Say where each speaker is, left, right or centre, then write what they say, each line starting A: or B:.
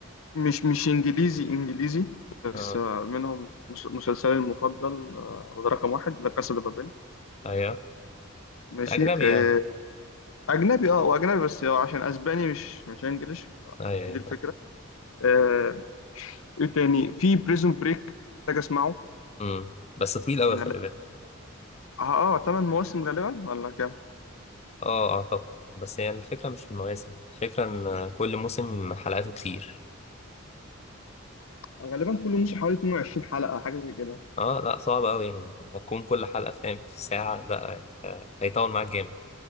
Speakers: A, on the left; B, on the left.
A: مش مش انجليزي انجليزي بس
B: آه.
A: آه منهم مس- مسلسلي المفضل آه وده رقم واحد لا كاسا دي بابيل
B: ايوه
A: ماشي
B: اجنبي
A: آه،
B: يعني
A: اجنبي اه واجنبي بس عشان اسباني مش مش انجليش
B: ايوه ايوه
A: هي دي الفكره
B: فاهم
A: آه، ايه تاني في بريزون بريك محتاج اسمعه
B: امم بس طويل قوي
A: من
B: خلي
A: ال-
B: بالك
A: اه اه ثمان مواسم غالبا ولا كام
B: اه اعتقد بس يعني الفكره مش في المواسم الفكره ان كل موسم حلقاته كتير
A: غالبا كل موسم حوالي 22 حلقة حاجة زي كده
B: اه لا صعب قوي يعني لما تكون كل حلقه فاهم في ساعه لا يعني آه، هيطول معاك جامد